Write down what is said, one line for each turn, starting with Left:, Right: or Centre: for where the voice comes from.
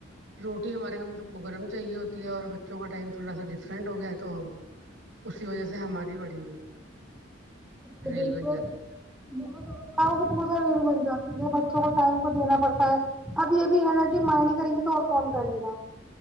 Right: روٹی ہمارے گھر میں سب گرم چاہیے ہوتی ہے اور بچوں کا ٹائم تھوڑا سا ڈفرینٹ ہو گیا تو اسی وجہ سے ہماری بڑی
Centre: ا
Right: ریل
Centre: وہکا
Right: بن جاتی
Centre: <unintelligible> بہت ہوگی تو بہت زیادہ ری <unintelligible> بن جاتی ہے بچوں کو ٹائم کو دینا پڑتا ہے اب یہ بھی ہے نا کہ مائیں نہیں کریں گی تو اور کون کرے گا